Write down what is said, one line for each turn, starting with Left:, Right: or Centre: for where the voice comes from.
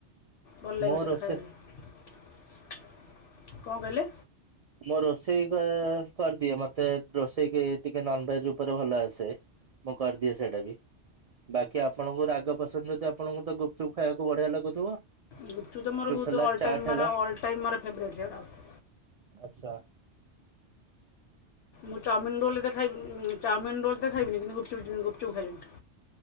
Left: ଭଲ ଲାଗିବ
Right: ମୋ
Left: ସେଇଟା
Right: ରୋଷେଇ
Left: ଖାଇବା ପାଇଁ। କଣ କହିଲେ?
Right: ମୁଁ ରୋଷେଇ କ କରିଦିଏ ମତେ ରୋଷେଇ କି ଟିକେ ନନ୍ ଭେଜ ଉପରେ ଭଲ ଆସେ। ମୁଁ କରିଦିଏ ସେଇଟା ବି। ବାକି ଆପଣଙ୍କୁ ରାଗ ପସନ୍ଦ ଯଦି ଆପଣଙ୍କୁ ତ ଗୁପଚୁପ୍ ଖାଇବାକୁ ବଢିଆ ଲାଗୁଥିବ।
Left: ଗୁପଚୁପ୍ ତ ମୋର ବହୁତ
Right: ହେଲା
Left: ଅଲ
Right: ଚାଟ୍
Left: ଟାଇମ୍
Right: ହେଲା
Left: ମାର ଅଲ୍ ଟାଇମ୍ ମୋର ଫେବରାଇଟ୍ ସେଗୁଡାକ।
Right: ଆଛା।
Left: ମୁଁ ଚାଉମିନ ରୋଲ୍ ହେତେ ଖାଇବି ଚାଉମିନ ରୋଲ୍ ଦେ ଖାଇବିନି କିନ୍ତୁ ଗୁପଚୁ ଗୁପଚୁପ ଖାଇବି।